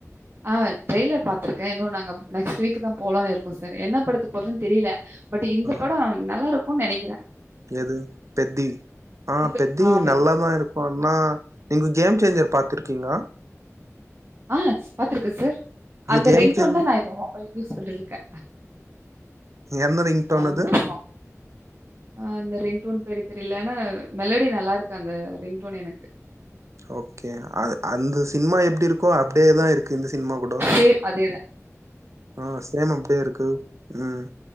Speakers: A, on the right (about 45°); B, on the right (about 65°).
A: ஆ ட்ரெய்லர் பாத் இருக்கே இன்னு நாங்க நெக்ஸ்ட் வீக் தா போலான்னு இருக்கோ சார் என்ன படத்துக்கு போறதுன் தெரில பட் இந்த
B: ஆ
A: படோ நல்லா இருக்குன் நெனைக்கிறே
B: எது பெத்தி ஆ
A: இப்ப
B: பெத்தி
A: ஆ
B: நல்லாதா இருக் குனா நீங்க கேம் சேஞ்சர் பாத்துருக்கீங்ளா
A: ஆ பாத்துருக்கே சார் அந்த
B: கேம்
A: ரிங்
B: சேஞ்
A: டோன் தா நா இப்ப மொபைல்கு யூஸ் பண்ணிருக்கே
B: என்ன ரிங் டோன்
A: அவுங்கு
B: அது
A: சா ஆ அந்த ரிங் டோன் பேரு தெரில ஆனா மெலடி நல்லாருக்கு அந்த ரிங் டோன் எனக்கு
B: ஓகே அ அந்த சின்மா எப்டி இருக்கோ அப்டே தா இருக்கு இந்த சின்மா கூடோ
A: சேம் அதே தா
B: ஆ சேம் அப்டியே இருக்கு ம்